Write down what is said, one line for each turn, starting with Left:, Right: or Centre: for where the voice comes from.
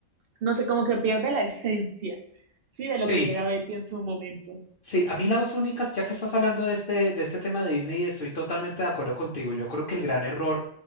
Right: no sé, como que pierde la esencia, sí, de
Left: sí.
Right: lo que era Betty en su momento.
Left: Sí, a mí las únicas, ya que estás hablando de este, de este tema de Disney, estoy totalmente de acuerdo contigo. Yo creo que el gran error